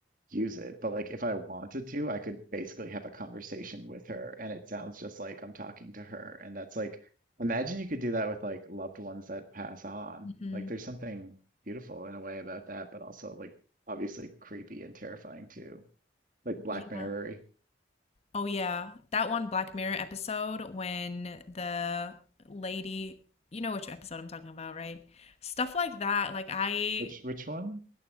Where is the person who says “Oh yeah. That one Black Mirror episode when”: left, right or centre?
Left